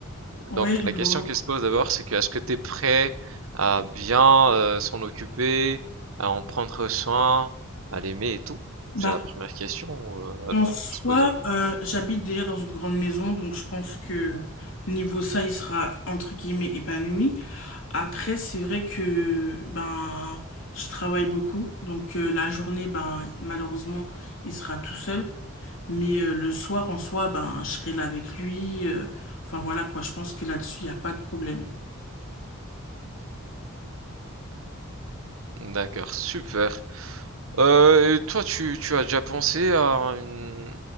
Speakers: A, on the left (about 60°); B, on the right (about 70°).
A: Ouais,
B: Donc
A: je
B: la
A: vois.
B: question qui se pose d'abord, c'est que est-ce que tu es prêt à bien euh, s'en occuper, à en prendre soin, à l'aimer et tout?
A: Bah,
B: C'est la première question euh, à,
A: en
B: à
A: soi,
B: se poser.
A: euh, j'habite déjà dans une grande maison, donc je pense que niveau ça, il sera entre guillemets épanoui. Après, c'est vrai que ben je travaille beaucoup, donc euh, la journée, ben malheureusement, il sera tout seul. Mais euh, le soir, en soi, ben je serai là avec lui. euh, Enfin voilà quoi, je pense que là-dessus, il n'y a pas de problème.
B: D'accord, super. Euh, et toi, tu, tu as déjà pensé à une,